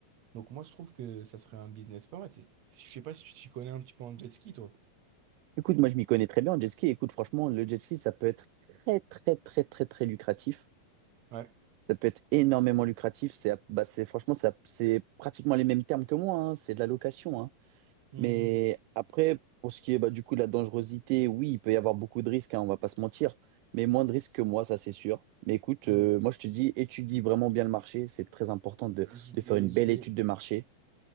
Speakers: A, on the right; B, on the right.
A: Donc moi, je trouve que ça serait un business pas mal. T'es- Je sais pas si tu t'y connais un petit peu en jet ski, toi.
B: Écoute, moi, je m'y connais très bien en jet ski. Écoute, franchement, le jet ski, ça peut être très, très, très, très, très lucratif.
A: Ouais.
B: Ça peut être énormément lucratif. C'est, bah, c'est, franchement, ça, c'est pratiquement les mêmes termes que moi, hein. C'est de la location, hein.
A: Hmm,
B: Mais après, pour ce qui est bah, du coup de la dangerosité, oui, il peut y avoir beaucoup de risques, hein, on va pas se mentir, mais moins de risques que moi, ça c'est sûr. Mais écoute,
A: ouais.
B: euh, moi je te dis, étudie vraiment bien le marché, c'est très important de,
A: Je
B: de
A: vais,
B: faire une belle
A: je vais,
B: étude de marché.